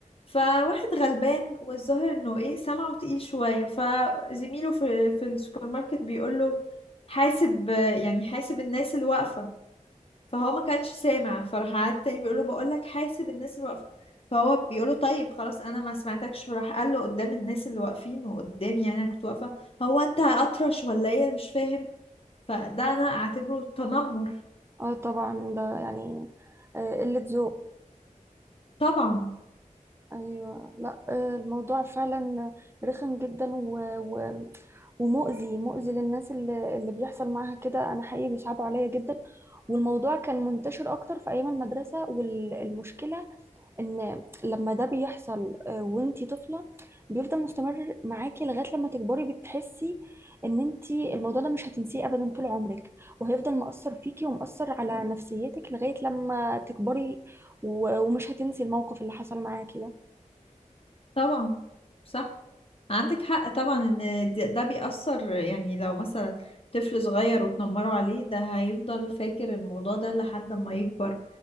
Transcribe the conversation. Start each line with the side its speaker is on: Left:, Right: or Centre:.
Left: فواحد غلبان والظاهر انه ايه سمعه تقيل شوية فزميله في في السوبر ماركت بيقول له حاسب آه، يعني حاسب الناس اللي واقفة فهو ما كانش سامع فراح قعد تاني بيقول له بقول لك حاسب الناس اللي واقفه فهو بيقول له طيب خلاص انا ما سمعتكش فراح قال له قدام الناس اللي واقفين وقدامي يعني انا كنت واقفه هو انت اطرش ولا ايه مش فاهم فده انا اعتبره تنمر
Right: اه طبعا ده يعني آه، قله ذوق
Left: طبعا
Right: ايوه لا آه، الموضوع فعلا رخم جدا و... و... ومؤذي مؤذي للناس اللي, اللي بيحصل معاها كده انا حقيقي بيصعبوا عليا جدا والموضوع كان منتشر اكتر في ايام المدرسه والمشكله ان لما ده بيحصل آه، وانتي طفله بيفضل مستمر معاكي لغايه لما تكبري بتحسي ان انتي الموضوع ده مش هتنسيه ابدا طول عمرك وهيفضل مأثر فيكي ومأثر على نفسيتك لغايه لما تكبري و... ومش هتنسي الموقف اللي حصل معاكي ده
Left: طبعا صح عندك حق طبعا ان د- ده بيأثر يعني لو مثلا طفل صغير وتنمروا عليه ده هيفضل فاكر الموضوع ده لحد ما يكبر